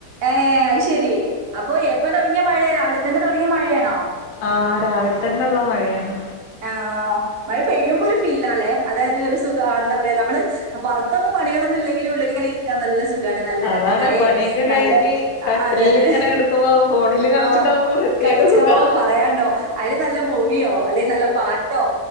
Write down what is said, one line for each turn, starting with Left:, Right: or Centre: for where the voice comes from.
Right: ഏഹ് അത് ശെരി അപ്പൊ എപ്പം തുടങ്ങിയ മഴയ രാവിലെ തന്നെ തുടങ്ങിയ മഴയാണോ
Left: ആഹ് രാവിലെ തന്നെ ഉള്ള മഴയാണ്
Right: ആഹ് മഴ പെയ്യുമ്പോ ഒരു ഫീലാല്ലേ അതായത് ഒരു സുഖ എന്താ പറയാ നമ്മള് പുറത്തൊന്ന പണകളൊന്നും ഇല്ലെങ്കില് ഉള്ളിലിങ്ങനെ ഇരിക്കാ നല്ല സു ഖണ് നല്ല
Left: അതാണ്
Right: കട്ടൻ ചായെ
Left: പണിയൊക്കെ
Right: നല്ല
Left: കഴിഞ്ഞ് കട്ടിലിൽ
Right: അതെ അതെ
Left: ഇങ്ങനെ കെടക്കുമ്പോ ഫോണില് കളിച്ചിട്ടാവുമ്പോ
Right: ആഹ്
Left: പ്രത്യേക
Right: കഴിച്ച്
Left: സുഖാ
Right: ഓ പറയാണ്ടോ അതില് നല്ല മൂവിയോ അല്ലെങ്കി നല്ല പാട്ടോ